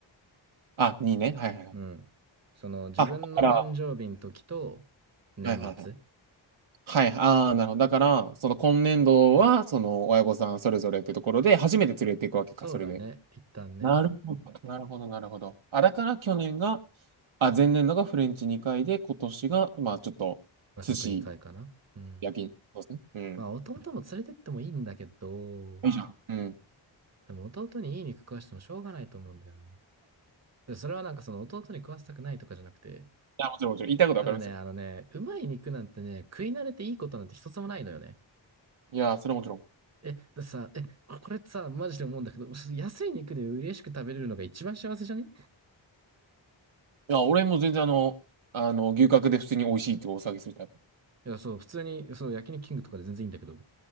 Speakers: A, on the right; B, on the right.
A: あ、2ね。はいはいはい。
B: うん。その、自分の誕生日の時と、
A: あ、だから、は
B: 年末。
A: いはいはい。はい、ああ、なるほど。だから、その今年度は、その親御さんそれぞれってところで、初めて連れていくわけか、
B: そうだね。
A: それで。
B: 一旦ね。
A: なるほど、なるほど、なるほど。あ、だから去年が、あ、前年度がフレンチ2回で、今年が、まあ、ちょっと、
B: 和食2回かな。
A: 寿司
B: うん。
A: 焼肉。そうですね。うん。
B: まあ、弟も連れてってもいいんだけど、
A: いいじゃん。うん。い
B: でも弟にいい肉食わしてもしょうがないと思うんだよな。でそれはなんかその弟に食わせたくないとかじゃなくて、
A: や、もちろん、もちろん。言いたいことわかりますよ。
B: ただね、あのね、うまい肉なんてね、食い慣れていいことなんて一つもないのよね。
A: いや、それはもちろん。
B: え、だってさ、え、これってさ、マジで思うんだけど、安い肉で嬉しく食べれるのが一番幸せじゃねい
A: いや、俺も全然あの、あの、牛角で普通に美味しいってお騒ぎするタイプ。
B: や、そう、普通に、そう、焼肉キングとかで全然いいんだけど。